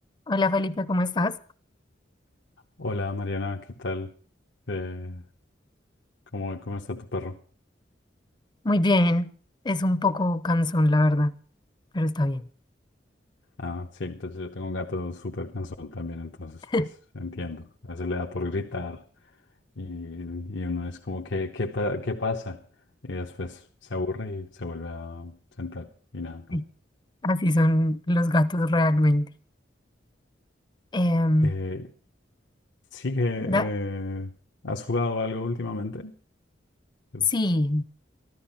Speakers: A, on the left (about 25°); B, on the left (about 70°).
A: Hola Felipe, ¿cómo estás?
B: Hola Mariana, ¿qué tal? Eh, ¿cómo, cómo está tu perro?
A: Muy bien, es un poco cansón, la verdad, pero está bien.
B: Ah, sí, pues yo tengo un gato súper cansón también, entonces
A: <laughs>
B: pues entiendo. A veces le da por gritar y, y uno es como, ¿qué, qué, pa- qué pasa? Y después se aburre y se vuelve a sentar y nada.
A: Sí, Así son los gatos realmente. Em,
B: Eh, sí que eh,
A: da-
B: has jugado algo últimamente. Pues,
A: sí,